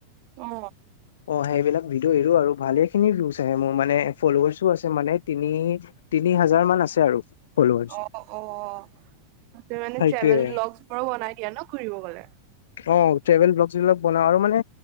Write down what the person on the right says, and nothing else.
অ
অ', অ', ত মানে
ট্ৰেভেল্ ভ্লোগছবোৰ বনাই দিয়া ন ঘুৰিব গ'লে?